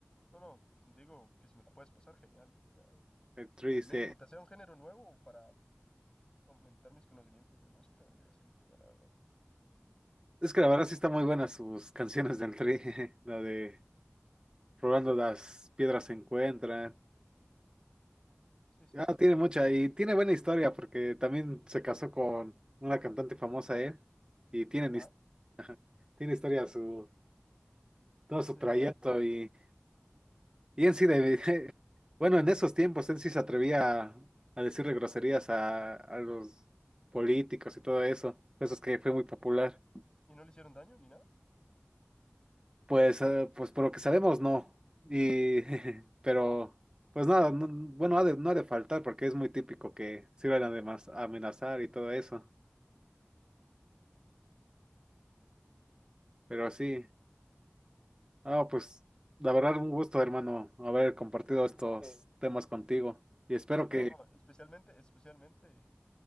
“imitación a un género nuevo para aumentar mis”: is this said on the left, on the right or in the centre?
Left